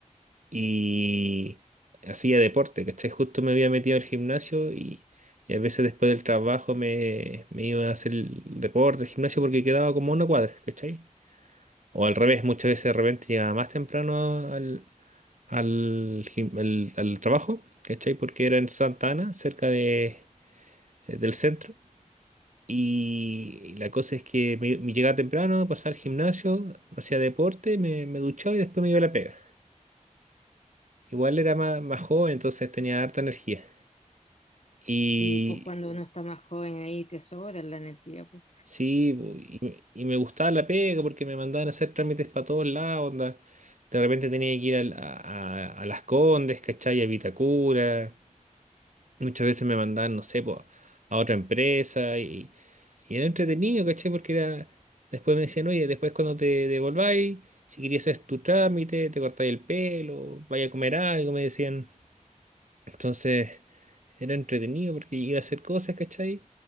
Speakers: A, on the right (about 70°); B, on the left (about 55°).
A: y hacía deporte, ¿cachai? Justo me había metido al gimnasio y, y a veces después del trabajo me, me iba a hacer el deporte, el gimnasio, porque quedaba como una cuadra, ¿cachai? O al revés, muchas veces de repente llegaba más temprano al, al, gim- al- al trabajo, ¿cachai? Porque era en Santa Ana, cerca de, eh, del centro. Y la cosa es que me, me llegaba temprano, pasaba al gimnasio, hacía deporte, me, me duchaba y después me iba a la pega. Igual era más, más joven, entonces tenía harta energía. Y
B: Sí, pues cuando uno está más joven ahí te sobra la energía, pues.
A: sí, bu- y, me y me gustaba la pega porque me mandaban a hacer trámites para todos lados, onda. De repente tenía que ir al- a, a- a Las Condes, ¿cachai? A Vitacura. Muchas veces me mandaban, no sé, po, a otra empresa y, y era entretenido, ¿cachai? Porque era... Después me decían, oye, después cuando te devolváis, si querías hacer tu trámite, te cortáis el pelo, vaya a comer algo, me decían. Entonces... Era entretenido porque iba a hacer cosas, ¿cachai?